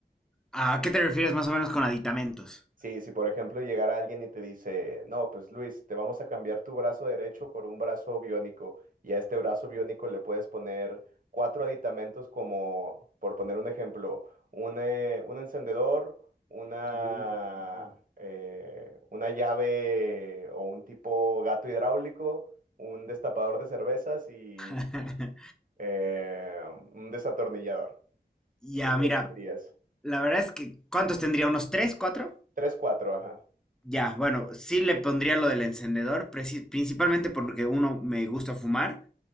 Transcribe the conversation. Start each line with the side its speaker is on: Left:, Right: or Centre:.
Centre: ¿A qué te refieres más o menos con aditamentos?
Right: Sí, si por ejemplo llegara alguien y te dice, no, pues Luis, te vamos a cambiar tu brazo derecho por un brazo biónico y a este brazo biónico le puedes poner cuatro aditamentos como, por poner un ejemplo, un, eh, un encendedor, una,
Centre: <laughs> Mm,
Right: eh, una llave o un tipo gato hidráulico, un destapador de cervezas y
Centre: ok. <laughs>
Right: eh, un desatornillador.
Centre: Ya,
Right: ¿Tú
Centre: mira,
Right: qué dirías?
Centre: La verdad es que, ¿cuántos tendría? ¿Unos tres, cuatro?
Right: Tres, cuatro, ajá.
Centre: Ya, bueno, sí le pondría lo del encendedor, preci- principalmente porque uno me gusta fumar,